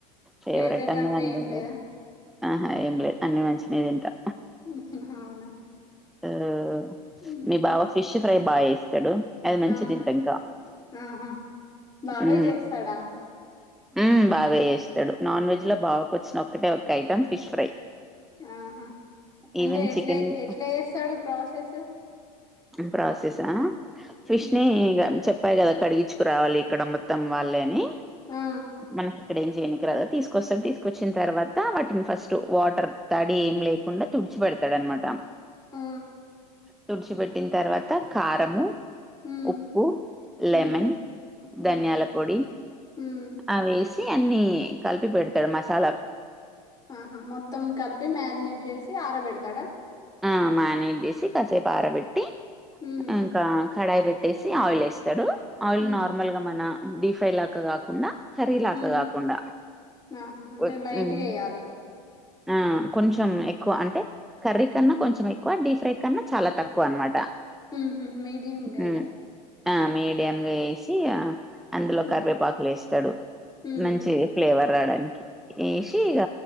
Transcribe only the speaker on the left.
ఫేవరెట్
అంటూ ఏం లేదా
ఉహు అవునా
హ్మ్
అవునా
ఆహా బావే
చేస్తాడా
ఆహా అంటే
ఎట్లే
ఎట్లా చేస్తాడు ప్రాసెసు
హ్మ్.
ఆ
ఉ
ఉమ్
ఉమ్ ఉమ్
ఉమ్
ఆహా మొత్తం కలిపి మ్యారినేట్ చేసి ఆరబెడతాడా
ఉమ్
ఉహు
ఉమ్
ఆహా అంటే
లైట్గా
వేయాలి
ఉహు మీడియం గయ్య
ఉమ్
ఉహు